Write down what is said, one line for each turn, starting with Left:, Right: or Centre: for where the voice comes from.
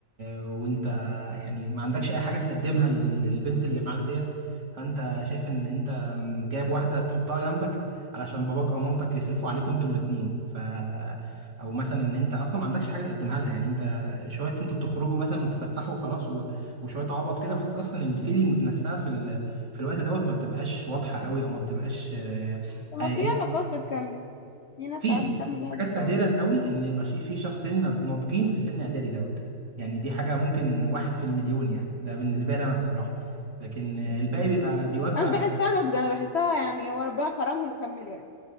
Right: وانت يعني ما عندكش اي حاجه تقدمها لل- للبنت اللي معاك ديت فانت شايف ان انت جايب واحده تحطها جنبك علشان باباك او مامتك يصرفوا عليكوا انتوا الاتنين ف او مثلا ان انت اصلا ما عندكش حاجه تقدمها لها يعني انت شويه انتوا بتخرجوا مثلا وتتفسحوا وخلاص وشويه عبط كده وحاسس اصلا الفيلينجز نفسها في ال... في الوقت دوت ما بتبقاش واضحه قوي او ما بتبقاش آه،
Left: لما
Right: حقيقيه
Left: في علاقات بتكمل في ناس
Right: في
Left: ساعات بتكمل لحد
Right: حاجات
Left: الجواز
Right: نادره قوي ان يبقى في في شخصين ناض- ناضجين في سن اعدادي دوت يعني دي حاجه ممكن واحد في المليون يعني ده بالنسبه لي انا الصراحه لكن آه، الباقي بيبقى بيوزع
Left: أنا مش بحسها نضج أنا بحسها يعني هو ربنا كرمهم وكملوا